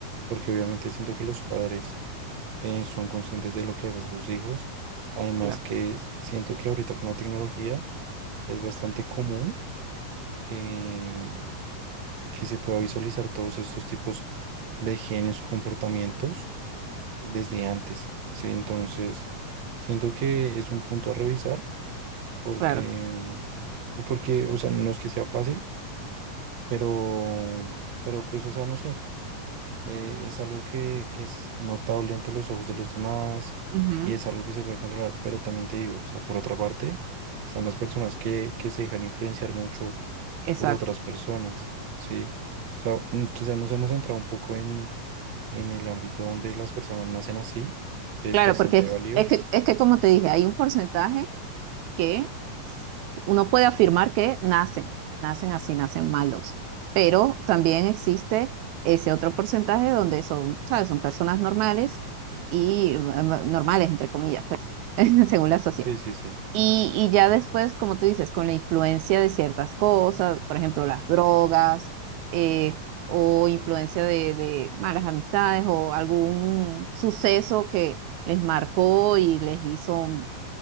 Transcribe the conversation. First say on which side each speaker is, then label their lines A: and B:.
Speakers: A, on the right; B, on the right.
A: porque obviamente siento que los padres eh, son conscientes de lo que hacen sus hijos. Además
B: Claro,
A: que siento que ahorita con la tecnología es bastante común que, que se pueda visualizar todos estos tipos de genes o comportamientos desde antes, ¿sí? Entonces, siento que es un punto a revisar porque,
B: claro.
A: mm, porque, o sea, no es que sea fácil, pero, pero pues, o sea, no sé, eh, es algo que, que es notable ante los ojos de los demás
B: ujú,
A: y es algo que se puede controlar, pero también te digo, o sea, por otra parte, están las personas que, que se dejan influenciar mucho
B: Exacto.
A: por otras personas, ¿sí? O sea, mm, quizás nos hemos entrado un poco en, en el ámbito donde las personas nacen así, que es
B: Claro,
A: bastante
B: porque es,
A: válido.
B: es que, es que como te dije, hay un porcentaje que uno puede afirmar que nacen, nacen así, nacen malos, pero también existe ese otro porcentaje donde son, ¿sabes? Son personas normales y eh, normales, entre comillas, pues, <laughs> según la sociedad
A: Sí, sí, sí.
B: Y, y ya después, como tú dices, con la influencia de ciertas cosas, por ejemplo, las drogas, eh, o influencia de, de malas amistades, o algún suceso que les marcó y les hizo